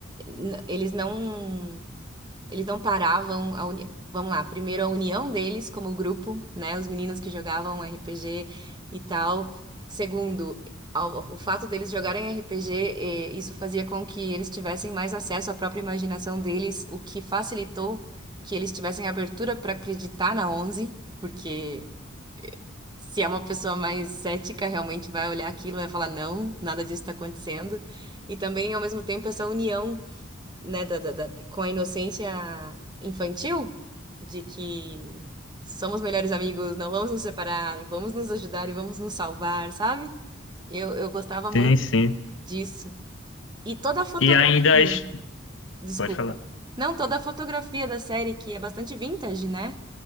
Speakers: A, on the right; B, on the left.
A: n- eles não. Eles não paravam a uni... Vamos lá, primeiro a união deles como grupo, né? Os meninos que jogavam RPG e tal. Segundo, ao- o fato deles jogarem RPG, eh, isso fazia com que eles tivessem mais acesso à própria imaginação deles, o que facilitou que eles tivessem abertura para acreditar na Onze, porque se é uma pessoa mais cética, realmente vai olhar aquilo e vai falar, não, nada disso está acontecendo. E também, ao mesmo tempo, essa união né, da, da- da- com a inocência infantil, de que somos melhores amigos, não vamos nos separar, vamos nos ajudar e vamos nos salvar, sabe? Eu, eu gostava muito
B: Sim, sim.
A: disso. E toda a fotografia,
B: E ainda es-
A: desculpa.
B: pode falar.
A: Não, toda a fotografia da série, que é bastante vintage, né?